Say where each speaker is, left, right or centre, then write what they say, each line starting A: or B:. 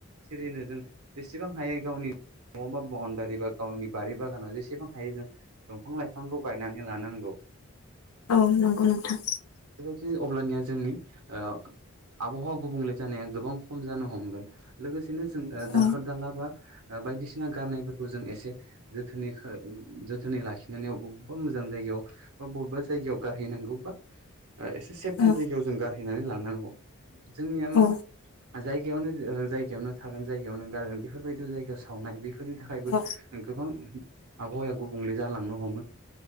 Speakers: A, on the right (about 85°); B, on the left (about 75°).
A: सिरिनो जों जेसेबां हायो गावनि नआव बा बाउण्डारि बा गावनि बारि बागानाव जेसेबां हायो जों दंफां लाइफांखौ गायनानै लानांगौ
B: औ नंगौ नोंथां
A: दि अब्लानिया जोंनि ओ आबहावा गुबुंले जानाया गोबां खम जानो हमगोन लोगोसे बिनो जों
B: औ
A: दाखोर दाला बा बायदिसिना गारनायफोरखौ जों एसे जोथोनैखो जोथोनै लाखिनानै ओबावबा मोजां जायगायाव बा बबेबा जायगायाव गारहैनांगौ बा बा ओ एसे सेपटि
B: औ
A: जायगायाव जों गारनानै लानांगौ जोंनिया मा-'
B: औ
A: जायगायावनो ओ जायगायावनो थागोन जायगायावनो गारोन बेफोरबायदि जायगायाव सावनाय बेफोरनि थाखायबो
B: औ
A: गोबां आबहावाया गुबुंले जालांनो हमो